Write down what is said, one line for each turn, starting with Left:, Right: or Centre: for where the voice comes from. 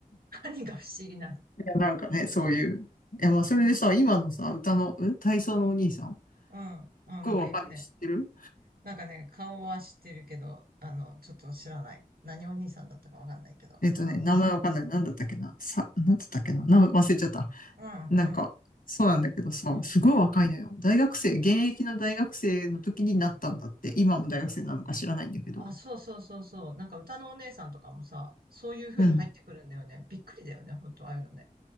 Right: 何が不思議な。
Left: いや、なんかね、そういう。いや、まあそれでさ、今のさ、歌の、ん体操のお兄さん、す
Right: うん。あ、
Left: っごい若いの知ってる
Right: なんかいるね。なんかね、顔は知ってるけど、あの、ちょっと知らない。何お兄さんだったかわかんないけど。
Left: えっとね、
Right: うん。
Left: 名前わかんない。なんだったっけな。さ、なんだったっけな。名前忘れちゃった。
Right: うん、うん。
Left: なんか、
Right: あ
Left: そうなんだけどさ、
Right: うん。
Left: すごい若いのよ。大学生、現役の大学生の時になったんだって。今も大学生なのか知らないんだけど。
Right: あ、そうそうそうそう。なんか歌のお姉さんとかもさ、そういう風に入ってくるんだよね。
Left: うん。
Right: びっくりだよね、ほんと、ああいうのね。